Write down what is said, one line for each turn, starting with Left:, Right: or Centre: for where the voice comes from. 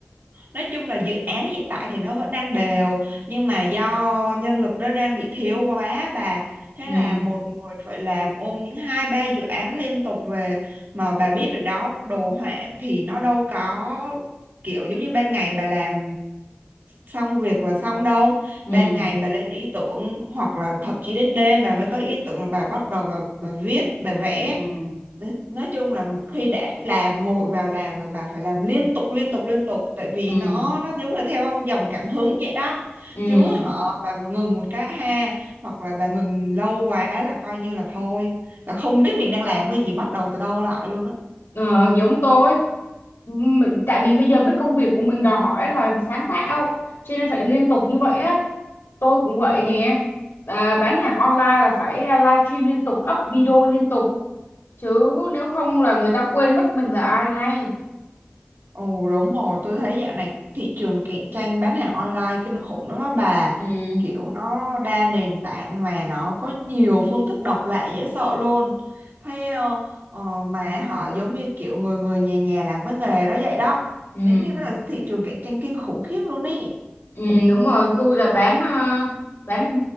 Right: nói chung là dự án hiện tại thì nó vẫn đang đều nhưng mà do nhân lực đó đang bị thiếu quá bà thế
Left: Ừ
Right: là một người phải làm ôm những hai ba dự án liên tục về mà bà biết rồi đó đồ họa thì nó đâu có kiểu giống như ban ngày bà làm xong việc là xong đâu
Left: ừ
Right: ban ngày bà lên ý tưởng hoặc là thậm chí đến đêm bà mới có ý tưởng là bà bắt đầu bà, bà viết bà vẽ
Left: ừ
Right: nói chung là một khi đã làm ngồi vào làm là bà phải làm liên tục liên tục liên tục tại vì
Left: ừ
Right: nó nó giống là theo dòng cảm hứng vậy đó
Left: ừ
Right: chứ họ bà mà ngừng một cái ha hoặc là bà ngừng lâu quá là coi như là thôi là không biết mình đang làm cái gì bắt đầu từ đâu lại luôn á
Left: ờ, giống tôi. Mình- Tại vì bây giờ mấy công việc của mình đòi hỏi là sáng tạo cho nên phải liên tục như vậy á. Tôi cũng vậy nè. À, bán hàng online là phải à, live stream liên tục, up video liên tục chứ nếu không là người ta quên mất mình là ai ngay
Right: Ồ đúng rồi, tôi thấy dạo này thị trường cạnh tranh bán hàng online kinh khủng lắm á bà.
Left: ừ
Right: Kiểu nó đa nền tảng mà nó có nhiều phương thức độc lạ dễ sợ luôn. Thế ờ, ờ, mà họ giống như kiểu người người nhà nhà làm cái nghề đó vậy đó.
Left: ừ
Right: Nên thế là thị trường cạnh tranh kinh khủng khiếp luôn ý.
Left: ừ đúng rồi tôi là bán ờ, bán